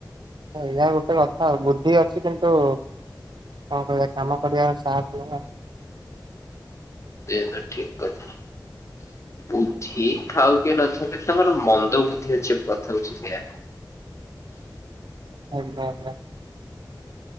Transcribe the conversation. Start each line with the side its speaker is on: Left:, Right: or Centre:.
Right: ଏୟା ଗୋଟେ କଥା ବୁଦ୍ଧି ଅଛି କିନ୍ତୁ କଁ କରିଆ କାମ କରିଆର ସାଥ ନାଇଁ ଆଉ
Left: ସିଏ ତ ଠିକ୍ କଥା। ବୁଦ୍ଧି ଥାଉ କି ନ ଥାଉ ତମର ମନ୍ଦ ବୁଦ୍ଧି ଅଛି କଥା ହଉଚି ସେୟା
Right: ହଁ ହଁ। <inaudible>